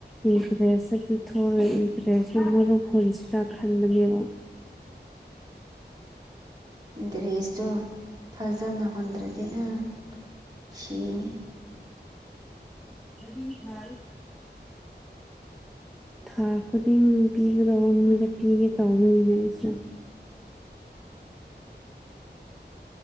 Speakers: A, in the centre; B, on the right.
A: ꯏꯟꯇꯔꯦꯁ ꯄꯤꯊꯦ ꯏꯟꯇꯔꯦꯁꯁꯨ ꯃꯔꯨꯞ ꯍꯨꯟꯁꯤꯔꯥ ꯈꯟꯕꯅꯦꯕ
B: ꯗ꯭ꯔꯦꯁꯇꯣ ꯐꯖꯅ ꯍꯨꯟꯗ꯭ꯔꯗꯤ ꯑꯪ ꯁꯤꯅꯤ
A: ꯑꯗꯤ ꯍ ꯊꯥ ꯈꯨꯗꯤꯡ ꯄꯤꯒꯗꯧꯕ ꯃꯤꯗ ꯄꯤꯒꯗꯧꯕꯅꯤꯅ ꯑꯩꯁꯨ